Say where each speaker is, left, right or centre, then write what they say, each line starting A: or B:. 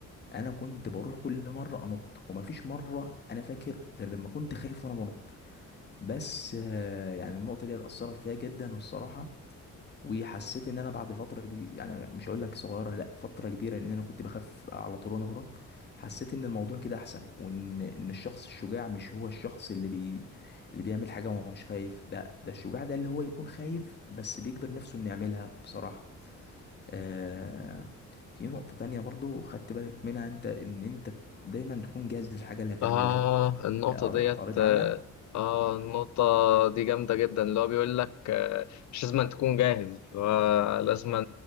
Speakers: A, on the left (about 35°); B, on the left (about 65°).
A: انا كنت بروح كل مره انط ومفيش مره انا فاكر غير لما كنت خايف وانا بنط بس آه، يعني النقطه دي اثرت فيا جدا والصراحه وحسيت ان انا بعد فتره كبيره يعني مش هقول لك صغيره لا فتره كبيره لان انا كنت بخاف على طول وانا بنط حسيت ان الموضوع كده احسن وان ان الشخص الشجاع مش هو الشخص اللي بي اللي بيعمل حاجه وهو مش خايف لا ده الشجاع ده اللي هو يكون خايف بس بيجبر نفسه انه يعملها بصراحه آه في نقطة تانية برضو خدت بالك منها انت ان انت دايما تكون جاهز للحاجة اللي هتعملها
B: اه النقطه
A: قر-
B: ديت
A: قريت
B: اه
A: عنها
B: آه، النقطه دي جامده جدا اللي هو بيقول لك آه، مش لازم تكون جاهز آه، لازم آه،